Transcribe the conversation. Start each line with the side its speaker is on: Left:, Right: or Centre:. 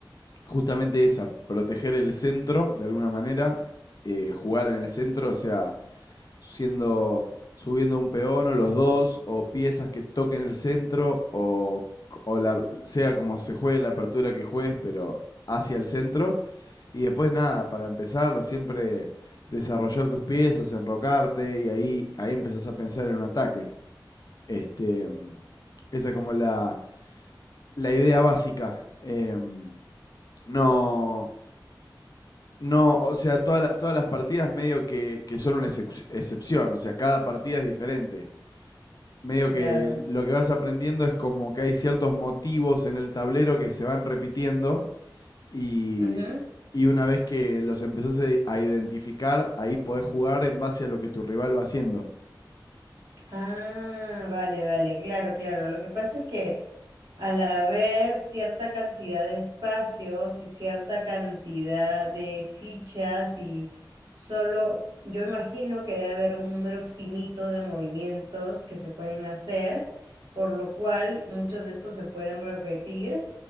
Left: justamente esa, proteger el centro de alguna manera, eh, jugar en el centro, o sea, siendo, subiendo un peón o los dos, o piezas que toquen el centro, o, o la, sea como se juegue la apertura que juegues, pero hacia el centro. Y después nada, para empezar, siempre desarrollar tus piezas, enrocarte, y ahí, ahí empezás a pensar en un ataque. Este, esa es como la, la idea básica. Em, no, No, o sea, toda la- todas las partidas medio que, que son una excep- excepción, o sea, cada partida es diferente. Medio
Right: Claro.
Left: que lo que vas aprendiendo es como que hay ciertos motivos en el tablero que se van repitiendo y,
Right: Ujú.
Left: y una vez que los empezás a i- a identificar, ahí podés jugar en base a lo que tu rival va haciendo.
Right: Ah, vale, vale, claro, claro. Lo que pasa es que al haber cierta cantidad de espacios y cierta cantidad de fichas y solo, yo imagino que debe haber un número finito de movimientos que se pueden hacer, por lo cual muchos de estos se pueden repetir